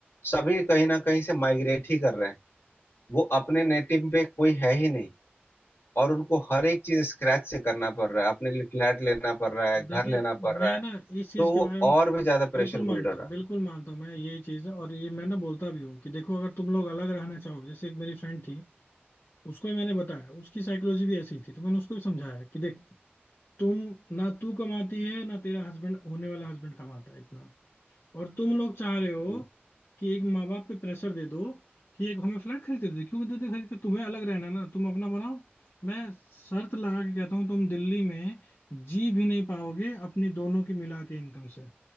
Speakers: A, on the left (about 85°); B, on the left (about 70°).
A: सभी कहीं ना कहीं से माइग्रेट ही कर रहे हैं वो अपने नेटिव पे कोई है ही नहीं और उनको हर एक चीज स्क्रैच से करना पड़ रहा है अपने लिए फ्लैट लेना पड़ रहा है घर
B: देखिए
A: लेना पड़ रहा
B: मैं
A: है
B: ना इस चीज
A: तो
B: के
A: वो
B: बारे में
A: और भी ज्यादा
B: बिल्कुल
A: प्रेशर
B: मानता
A: बिल्ड हो रहा
B: हूँ बिल्कुल
A: है
B: मानता हूँ मैं ये चीज और ये मैं ना बोलता भी हूँ कि देखो अगर तुम लोग अलग रहना चाहोगे जैसे एक मेरी फ्रेंड थी उसको ही मैंने बताया उसकी साइकोलॉजी भी ऐसी थी तो मैंने उसको भी समझाया कि देख तुम ना तू कमाती है ना तेरा हस्बैंड होने वाला हस्बैंड कमाता है इतना और तुम लोग चाह रहे हो
A: हम्म,
B: कि एक माँ बाप पे प्रेशर दे दो कि एक हमें फ्लैट खरीदते दे क्यों देते खरीदते तुम्हें अलग रहना है ना तुम अपना बनाओ मैं शर्त लगा के कहता हूँ तुम दिल्ली में जी भी नहीं पाओगे अपनी दोनों की मिला के इनकम से